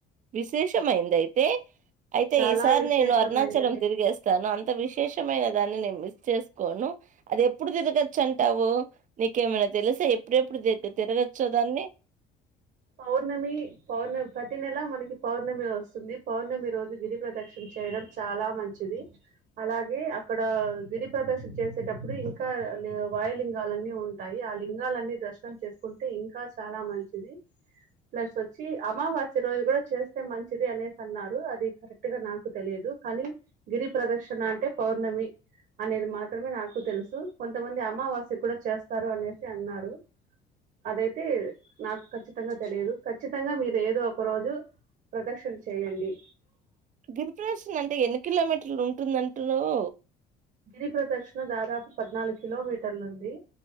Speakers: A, on the right; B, on the right.
A: విశేషమైంది అయితే అయితే
B: చాలా
A: ఈసారి
B: విశేషమైందండి
A: నేను అరుణాచలం తిరిగేస్తాను అంత్ అంత విశేషమైన దాన్ని నేన్ మిస్ చేసుకోను అది ఎప్పుడు తిరగచ్చు అంటావు నీకేమైనా తెలిసే ఎప్పుడెప్పుడు దేట్ తిరగచ్చో దాన్ని
B: పౌర్ణమి పౌర్ణమ్ ప్రతి నెల మనకి పౌర్ణమి ఒస్తుంది పౌర్ణమి రోజు గిరి ప్రదక్షణ చేయడం చాలా మంచిది అలాగే అక్కడ గిరి ప్రదక్షణ చేసేటప్పుడు ఇంకా లే వాయు లింగాలన్నీ ఉంటాయి ఆ లింగాలన్నీ దర్శనం చేసుకుంటే ఇంకా చాలా మంచిది ప్లస్ ఒచ్చి అమావాస్య రోజు కుడ చేస్తే మంచిది అనేసి అన్నారు అది కరెక్ట్ గా నాకు తెలియదు కానీ గిరి ప్రదక్షణ అంటే పౌర్ణమి అనేది మాత్రమే నాకు తెలుసు కొంతమంది అమావాస్య కుడ చేస్తారు అనేసి అన్నారు అదైతే నాకు ఖచ్చిత్ తంగా తెలీదు ఖచ్చితంగా మీర్ ఏదో ఒక రోజు ప్రదక్షణ చెయ్యండి
A: గిరిప్రదర్శన అంటే ఎన్ని కిలోమీటర్లు ఉంటుందంటున్నావ్
B: గిరి ప్రదక్షణ దాదాపు పద్నాలుగ్ కిలోమీటర్లు ఉంది